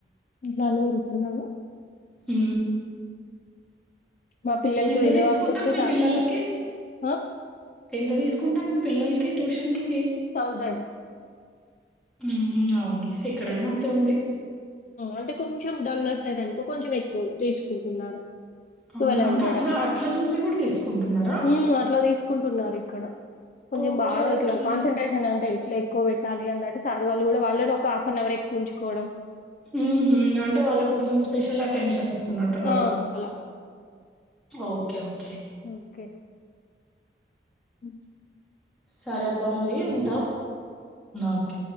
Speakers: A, on the left; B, in the centre.
A: ఇలాళ వెళ్తున్నారు
B: ఆ
A: మా పిల్లలకి
B: ఎంత
A: వేరే
B: తీసుకుంటారు
A: వాళ్ళు చెప్తే
B: మీ
A: చాలు
B: పిల్లలకి
A: ఆ! ఆ!
B: ఎంత తీసుకుంటండ్రు మీ పిల్లలకి ట్యూషన్కి
A: థౌజండ్
B: ఊ అవునులే ఎక్కడైనా అంతే ఉంది
A: అంటే కొంచెం డలర్స్ ఐరనుకో కొంచెం ఎక్కువ తీసుకుంటున్నారు
B: అవును.
A: ట్వల్ హండ్రెడ్
B: అంటే
A: అట్లా
B: జూసి గూడా తీసుకుంటున్నారా?
A: ఊ అట్లా తీసుకుంటున్నారుఇంకా ఇక్కడ కొంచెం
B: ఓకే.
A: బాగా
B: ఓకే.
A: ఇట్లా కాన్సెంట్రేషన్ అంటే ఇట్లా ఎక్కువ పెట్టాలి అన్నట్టు సార్ వాళ్ళు కూడా వాళ్ళని ఒక హాఫ్ అవర్ ఎక్కు పుంచుకోవడం
B: ఊహు అంటే వాళ్ళకు కొంచెం స్పెషల్ అటెన్షన్ ఇస్తున్నట్టున్నారు
A: ఆ! అలా.
B: ఓకే ఓకే
A: ఓకే ఉ
B: సరే అబ్బా మరి ఉంట ఓకే